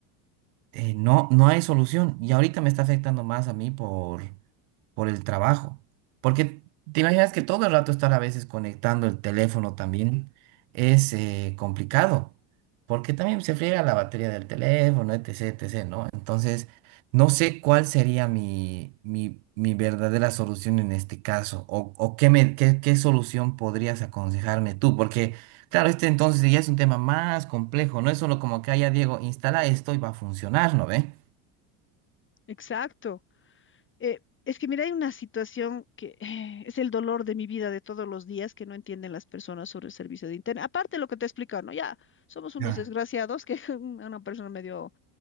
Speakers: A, on the right; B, on the left.
A: eh, no, no hay solución. Y ahorita me está afectando más a mí por, por el trabajo. Porque te imaginas que todo el rato estar a veces conectando el teléfono también es eh, complicado, porque también se friega la batería del teléfono, etc., etc., ¿no? Entonces, no sé cuál sería mi, mi, mi verdadera solución en este caso, o, o qué, me, qué, qué solución podrías aconsejarme tú, porque, claro, este entonces ya es un tema más complejo, no es solo como que, ah, ya Diego, instala esto y va a funcionar, ¿no ve?
B: Exacto. Eh, es que mira, hay una situación que eh, es el dolor de mi vida de todos los días que no entienden las personas sobre el servicio de internet. Aparte de lo que te he explicado, ¿no? Ya somos unos
A: Ya,
B: desgraciados que <laughs> una persona me dio